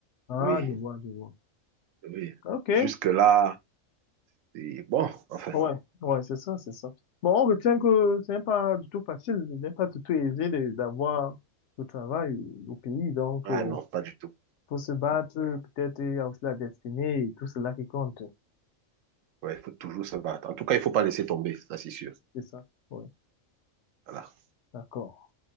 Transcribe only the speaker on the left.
ah,
je vois, je vois.
OK.
Ouais, ouais, c'est ça, c'est ça. Bon, on retient que ce n'est pas du tout facile, ce n'est pas du tout aisé de- d'avoir le travail au pays. Donc,
euh,
faut se battre,
peut-être, il y a aussi la destinée et tout cela qui compte.
C'est ça. Oui,
d'accord.